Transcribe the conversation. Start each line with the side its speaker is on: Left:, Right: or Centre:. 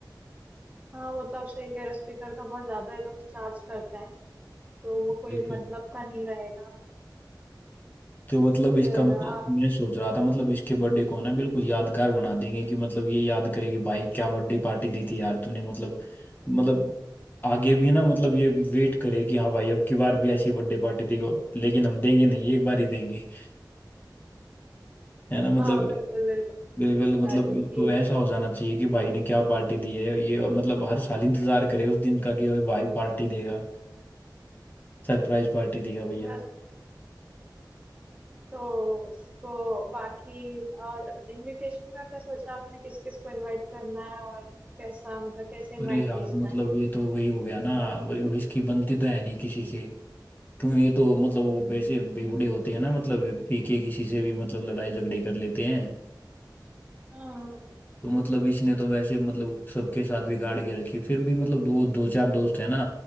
Right: हाँ वो तो आप सही कह रहे हो स्पीकर का बहुत ज्यादा ये लोग चार्ज करते हैं तो वो कोई
Left: बिल्कुल
Right: मतलब का नहीं रहेगा
Left: तो मतलब इसका
Right: फिर
Left: मतलब
Right: आप
Left: मैं सोच रहा था मतलब इसके बर्थडे को ना बिल्कुल यादगार बना देंगे कि मतलब ये याद करे कि भाई क्या बर्थडे पार्टी दी थी यार तूने मतलब मतलब आगे भी ना मतलब ये वेट करे कि हाँ भाई अब की बार भी ऐसी बर्थडे पार्टी देगा लेकिन हम देंगे नहीं एक बार ही देंगे है ना मतलब
Right: हाँ बिल्कुल बिल्कुल बता
Left: बिल्कुल मतलब
Right: रही हूँ
Left: इसको
Right: कि
Left: ऐसा हो जाना चाहिए कि भाई ने क्या पार्टी दी है ये मतलब हर साल इंतजार करे उस दिन का कि अरे भाई पार्टी देगा सरप्राइज पार्टी देगा भैया
Right: बस तो उसको बाकी और इनविटेशन का क्या सोचा आपने किस किस को इनवाइट करना है और कैसा मतलब कैसे इनवाइट
Left: अरे यार
Right: भेजना
Left: मतलब
Right: है
Left: ये तो वही हो गया ना अब इसकी बनती तो है नहीं किसी से क्यों ये तो मतलब वो वैसे बेवड़े होते हैं ना मतलब पी के किसी से भी मतलब लड़ाई झगड़े कर लेते हैं
Right: हाँ
Left: तो मतलब इसने तो वैसे मतलब सबके साथ बिगाड़ के रखी फिर भी मतलब दो दो चार दोस्त है ना